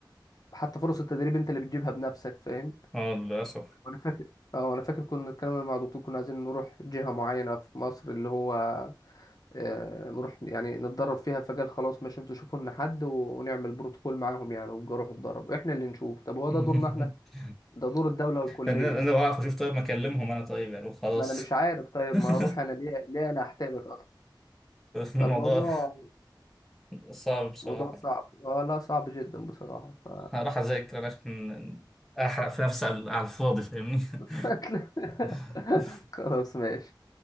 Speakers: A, on the left; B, in the centre.
A: حتى فرص التدريب انت اللي بتجيبها بنفسك فاهم
B: اه للأسف
A: انا فاكر اه انا فاكر كنا اتكلمنا مع دكتور كنا عايزين نروح جهة معينة في مصر اللي هو آه، نروح يعني نتدرب فيها فقال خلاص ماشي انتوا شوفوا لنا حد و- ونعمل بروتوكول معاهم يعني وابقوا روحوا اتدربوا احنا اللي نشوف طب هو
B: <laughs>
A: ده دورنا احنا ده دور الدولة والكلية
B: انا انا بعرف اشوف طيب ما اكلمهم انا طيب يعني وخلاص
A: ما انا مش عارف طيب
B: <laughs>
A: ما اروح انا ليه ليه انا احتاجك اصلا
B: الموضوع
A: فالموضوع
B: صعب بصراحة
A: موضوع صعب
B: يعني
A: اه لا صعب جدا بصراحة ف...
B: هروح اذاكر أنا عشان احرق في نفسي على على الفاضي فاهمني
A: <laughs>
B: <laughs>
A: خلاص ماشي